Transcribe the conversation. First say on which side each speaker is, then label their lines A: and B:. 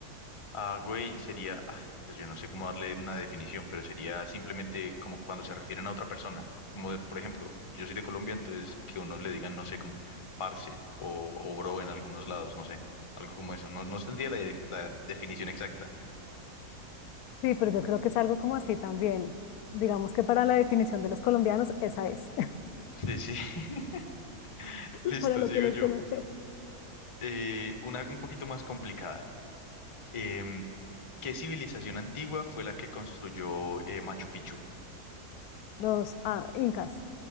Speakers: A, on the left; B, on the left.
A: Ah, güey, sería, ay, pues yo no sé cómo darle una definición, pero sería simplemente como cuando se refieren a otra persona. Como de, por ejemplo, yo soy de Colombia, entonces que uno le digan, no sé, como parce o, o bro en algunos lados, no sé, algo como eso. No, no tendría la, direc- la definición exacta.
B: Sí, pero yo creo que es algo como así también. Digamos que para la definición de los colombianos, esa es.
A: Sí, sí. <laughs>
B: <laughs>
A: Listo,
B: Para lo
A: sigo
B: que los
A: yo.
B: colombianos.
A: Eh, una un poquito más complicada. Em, ¿qué civilización antigua fue la que construyó eh, Machu Picchu?
B: Los ah, incas.